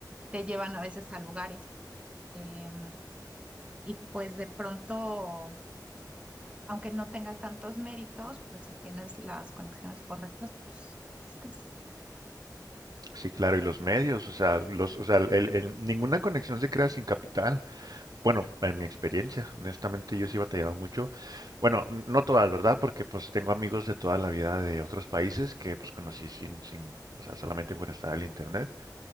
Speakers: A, on the right (about 15°); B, on the right (about 55°).
A: te llevan a veces a lugares. em, y pues de pronto aunque no tengas tantos méritos, pues si tienes las conexiones correctas, pues estás.
B: Sí, claro, y los medios, o sea, los, o sea, el- el- ninguna conexión se crea sin capital. Bueno, en mi experiencia, honestamente, yo sí he batallado mucho. Bueno, n- no todas, ¿verdad? Porque pues tengo amigos de toda la vida de otros países que pues conocí sin, sin, o sea, solamente por estar en el internet.